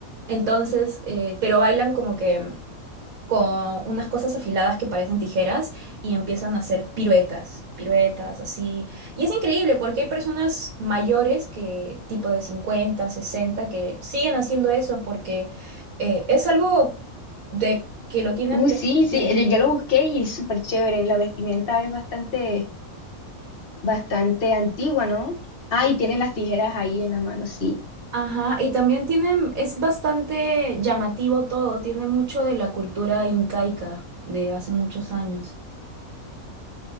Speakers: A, on the right; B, on the left.
A: Entonces, eh, pero bailan como que con unas cosas afiladas que parecen tijeras y empiezan a hacer piruetas, piruetas así. Y es increíble porque hay personas mayores que tipo de 50, 60 que siguen haciendo eso porque eh, es algo de que lo tienen
B: Uh,
A: de...
B: sí, sí,
A: nacimiento.
B: yo yo lo busqué y es súper chévere. La vestimenta es bastante, bastante antigua, ¿no? Ah, y tiene las tijeras ahí en la mano, sí.
A: Ajá, y también tienen, es bastante llamativo todo, tiene mucho de la cultura incaica de hace muchos años.